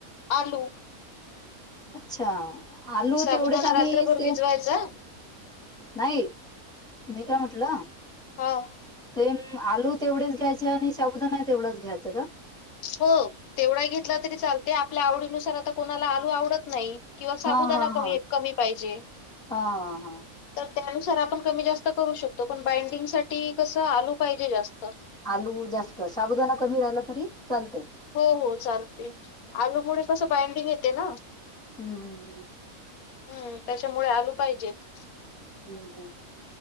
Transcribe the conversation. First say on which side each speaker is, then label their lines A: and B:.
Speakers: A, on the left; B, in the centre.
A: आलू.
B: अच्छा, आलू
A: साबुदाणा
B: तेवढेच आम्ही
A: रात्रभर
B: सेव
A: भिजवायचा
B: नाही, मी काय म्हटलं?
A: हं.
B: तेन, आलू तेवढेच घ्यायचे आणि शाबुदाना तेवडाच घ्यायचा का?
A: हो, तेवढा घेतला तरी चालते, आपल आवडीनुसार, आता कोणाला, आलू आवडत नही. किंवा
B: हा,
A: साबुदाना
B: हा, हा.
A: कमी-कमी पाहिजे.
B: हा, हा, हा.
A: तर त्यानुसार आपण कमी-जास्त करू शकतो, पण बाइंडिंग साठी, कसं आलू पाहिजे जास्त.
B: आलू जास्त, शाबुदाना कमी राहिला, तरी चालत.
A: हो हो चालते, अगं पुढे कसं, बाइंडिंग येते ना?
B: हम्म हम् हम्.
A: हम्म, त्याच्यामुळे आलू पाहिजेत.
B: हम्म हम्म हम्म.